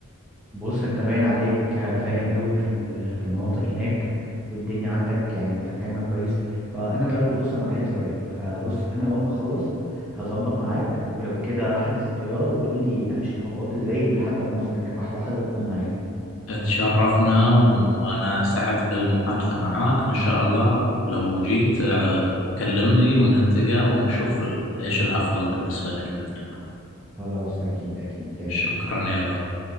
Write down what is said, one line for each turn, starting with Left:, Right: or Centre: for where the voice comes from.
Centre: بص انت باين عليك فاهم قوي في ال- في المناطق هناك والدنيا عندك يعني انت فاهمها كويس فانا دلوقتي بص انا مجهز ورقي فبص انا اول ما اخلص هظبط معاك ولو كده هحجز الطياره وتقول لي امشي الخطوات ازاي ولحد ما اوصل هناك واحده واحده وتكون معايا
Left: تشرفنا وأنا سعدت بالمحادثة معاك وإن شاء الله لو جيت آه، تكلمني ونلتقى ونشوف إيش الأفضل بالنسبة لك بإذن الله
Centre: خلاص اكيد اكيد يا ريت
Left: شكرا يا غالي